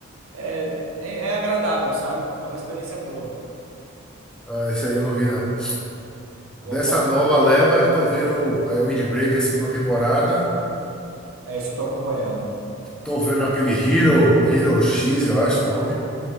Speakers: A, on the right; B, in the centre.
A: é, é, é agradável, sabe? É uma experiência boa.
B: ah, esse
A: E,
B: aí eu não vi, não.
A: ó,
B: Dessa
A: po-
B: nova leva, eu tô vendo é, Windbreaker, segunda temporada.
A: É, isso eu tô acompanhando.
B: Tô vendo aquele Hero, Hero X, eu acho o nome.